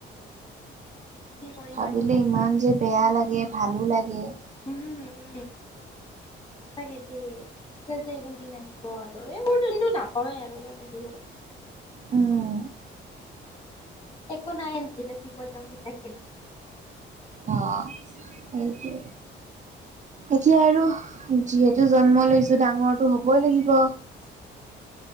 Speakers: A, on the left (about 25°); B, on the right (about 35°).
A: কৰিম
B: ভাবিলে
A: আৰু উপায়
B: ইমান যে বেয়া লাগে ভালো লাগে।
A: উম উম চাগে দেই এইবোৰ দিন আহিব আৰু এইবোৰ দিনটো নাপাওৱেই আৰু কত আহিব।
B: উম
A: একো নাই যেতিয়া থিক যাম তেতিয়া খেলিম।
B: অ সেইটোৱে। এতিয়া আৰু যিহেতু জন্ম লৈছো ডাঙৰটো হবই লাগিব।
A: <inaudible>